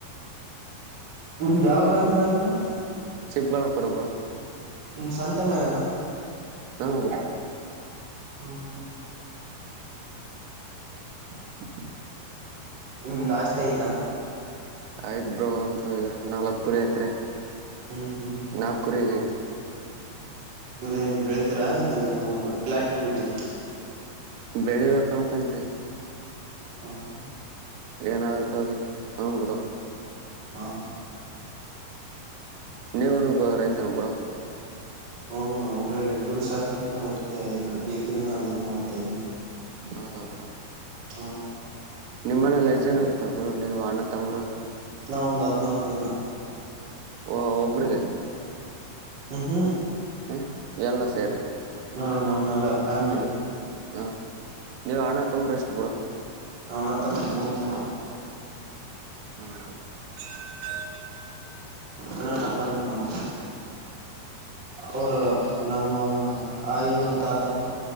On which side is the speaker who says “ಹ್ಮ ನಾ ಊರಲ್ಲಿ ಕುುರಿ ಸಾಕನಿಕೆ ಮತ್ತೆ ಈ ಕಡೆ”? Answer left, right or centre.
Right